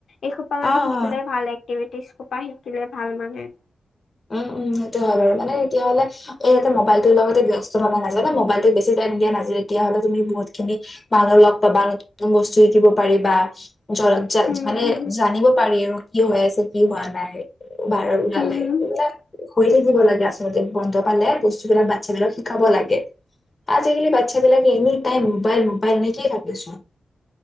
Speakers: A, on the left; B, on the left.
A: এইসোপা
B: অ',
A: মানে শিকিলে
B: অ'।
A: ভাল এ এক্টিভিতিচ শিকিলে ভাল মানে।
B: উম, উম, সেইটো হয় বাৰু মানে তেতিয়াহলে ইয়াতে মোবাইলটোৰ লগতে ব্যস্ত থাকা নাযায়। মোবাইলত বেছি টাইম দিয়া নাযায় তেতিয়াহলে তুমি বহুত খিনি মানুহ লগ পাবা, নতুন বস্তু শিকিব পাৰিবা। জ
A: উম
B: মানে
A: উম
B: জানিব পাৰি আৰু কি হৈ আছে, কি হোৱা নাই বাহিৰত ওলালে।
A: উম
B: এইবিলাক হৈ থাকিব লাগে, আচলতে বন্ধ পালে বস্তুবিলাক বাচ্ছাবিলাকক শিকাব লাগে। আজিকালি বাচ্ছাবিলাকে এনি টাইম মোবাইল-মোবাইল এনেকেই থাকেচোন।